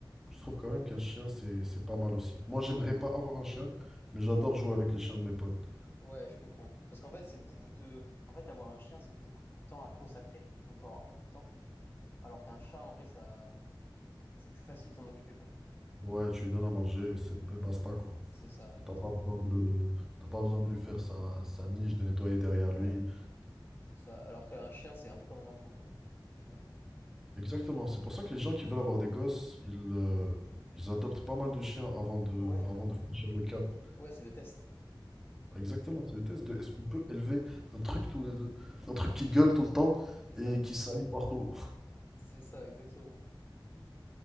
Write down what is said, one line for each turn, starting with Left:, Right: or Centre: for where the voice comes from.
Centre: Je trouve quand même qu'un chien, c'est c'est pas mal aussi. Moi, j'aimerais pas avoir un chien, mais j'adore jouer avec les chiens de mes potes.
Left: ouais, je comprends. Parce qu'en fait, c'est beaucoup de... En fait, avoir un chien, c'est beaucoup de temps à consacrer. Donc, faut avoir beaucoup de temps. Alors qu'un chat, en vrai, ça... C'est plus facile de s'en occuper, quoi.
Centre: Ouais, tu lui donnes à manger et c'est et basta, quoi.
Left: C'est ça, exactement.
Centre: T'as pas besoin de le- t'as pas besoin de lui faire sa, sa niche, de nettoyer derrière
Left: Ouais,
Centre: lui.
Left: c'est ça. Alors qu'un chien, c'est un peu comme un enfant, quoi, au final.
Centre: Exactement. C'est pour ça que les gens qui veulent avoir des gosses, ils, euh, ils adoptent pas mal de chiens avant de,
Left: Ouais,
Centre: avant de franchir le cap.
Left: ouais, c'est le test.
Centre: Exactement. C'est le test de est-ce qu'on peut élever un truc tous les deux, un truc qui gueule tout le temps
Left: C'est ça.
Centre: et qui salit partout.
Left: C'est ça, exactement.